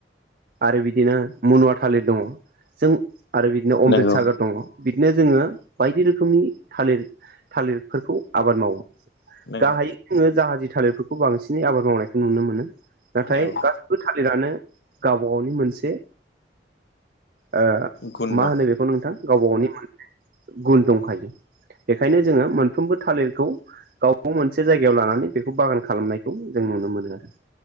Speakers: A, on the right; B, on the left.
A: आरो बिदिनो मुनुवा थालिर दङ जों आरो बिदिनो अमृतसागर
B: नंगौ
A: दङ बिदिनो जोङो बायदि रोखोमनि थालिर थालिरफोरखौ आबाद मावो।
B: नंगौ
A: गाहायै जोङो जाहाजि थालिरफोरखौ बांसिनै आबाद मावनायखौ नुनो मोनो। नाथाय
B: नंगौ
A: गासिबो थालिरानो गावबा गावनि मोनसे ओ
B: गुन
A: मा
B: दं
A: होनो बेखौ नोंथां गावबा गावनि मोनसे गुन दंखायो। बेखायनो जोङो मोनफ्रोमबो थालिरखौ गाव बागाव मोनसे जायगायाव लानानै बेखौ बागान खालामनायखौ जों नुनो मोनो आरो।